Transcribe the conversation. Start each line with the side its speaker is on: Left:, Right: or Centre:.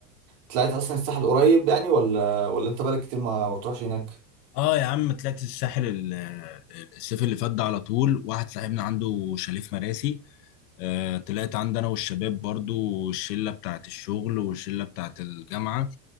Right: طلعت اصلا الساحل قريب يعني ولا ولا انت بقالك كتير ما ما بتروحش هناك
Left: اه يا عم طلعت الساحل ال- الصيف اللي فات ده على طول واحد صاحبنا عنده شاليه في مراسي آه طلعت عندي انا والشباب برضو الشلة بتاعت الشغل والشلة بتاعت الجامعة